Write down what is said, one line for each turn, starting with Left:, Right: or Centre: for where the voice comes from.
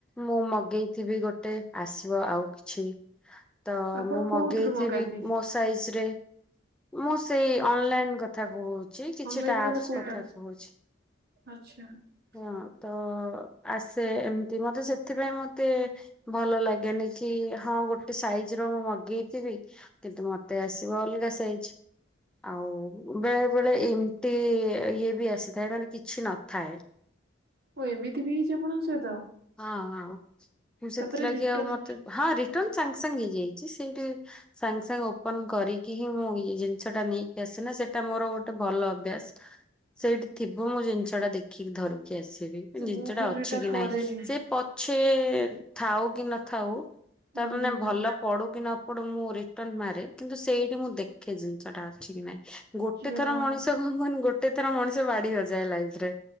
Centre: ମୁଁ ମଗେଇଥିବି ଗୋଟେ ଆସିବ ଆଉ କିଛି ହ
Right: ଆପଣ
Centre: ମୁଁ ମଗେଇଥିବି
Right: କୋଉଥିରୁ ମଗାନ୍ତି?
Centre: ମୋ ସାଇଜ ରେ ମୁଁ ସେଇ ଅନଲାଇନ କଥା କହୁଚି କିଛିଟା
Right: ଅନଲାଇନ ମାନେ
Centre: ଆପ୍ସ
Right: କୋଉଟା?
Centre: କଥା କହୁଛି।
Right: ଆଚ୍ଛା।
Centre: ହଁ ତ ଆସେ ଏମିତି ମତେ ସେଥିପାଇଁ ମତେ ଭଲ ଲାଗେନି କି ହଁ ଗୋଟେ ସାଇଜ ର ମୁଁ ମଗେଇଥିବି କିନ୍ତୁ ମତେ ଆସିବ ଅଲଗା ସାଇଜ। ଆଉ ବେଳେ ବେଳେ ଏମିତି ଇଏ ଇଏ ବି ଆସିଥାଏ ମାନେ କିଛି ନଥାଏ।
Right: ଓ ଏମିତି ବି ହେଇଚି ଆପଣଙ୍କ ସହିତ?
Centre: ହଁ ହଁ ସେଥିଲାଗି
Right: ତାପରେ ରିଟର୍ନ
Centre: ଆଉ ମତେ ହଁ ରିଟର୍ଣ ସାଙ୍ଗେ ସାଙ୍ଗେ ହେଇଯାଇଚି ସେ। ସେଇଠି ସାଙ୍ଗେ ସାଙ୍ଗେ ଓପନ କରିକି ହିଁ ମୁଁ ଇଏ ଜିନିଷ ଟା ନେଇକି ଆସେନା ସେଟା ମୋର ଗୋଟେ ଭଲ ଅଭ୍ୟାସ। ସେଇଠି ଥିବ ମୁଁ ଜିନିଷ ଟା ଦେଖିକି ଧରିକି ଆସିବି ଜିନିଷ
Right: ମୁଁ କିନ୍ତୁ
Centre: ଟା ଅଛି
Right: ଏଟା
Centre: କି
Right: କରେନି
Centre: ନାଇଁ। ସେ ପଛେ ଥାଉ କି ନଥାଉ
Right: ହୁଁ
Centre: ତା ମାନେ
Right: ହୁଁ
Centre: ଭଲ
Right: ହୁଁ।
Centre: ପଡୁ କି ନ ଡୁ ମୁଁ ରିଟର୍ନ ମାରେ କିନ୍ତୁ ସେଇଠି ମୁଁ ଦେଖେ ଜିନିଷ ଟା ଅଛି କି ନାଇଁ ଗୋଟେ
Right: ଯାହା
Centre: ଥର ମଣିଷ
Right: ହଉ।
Centre: କଣ କୁହନି ଗୋଟେ ଥର ମଣିଷ ବାଡି ହଜାଏ ଲାଇଫ ରେ।